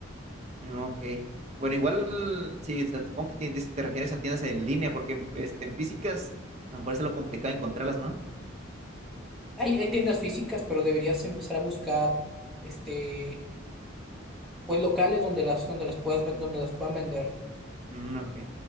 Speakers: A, on the right; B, in the centre.
A: Mm, Ok. Bueno, igual, sí, o sea, supongo que tien- dices- te refieres a tiendas en línea, porque en- este, en físicas a lo mejor es lo complicado encontrarlas, ¿no?
B: Hay, hay tiendas físicas, pero deberías empezar a buscar este, pues locales donde las, donde las puedas, ven- donde las puedan vender.
A: Mm, ok.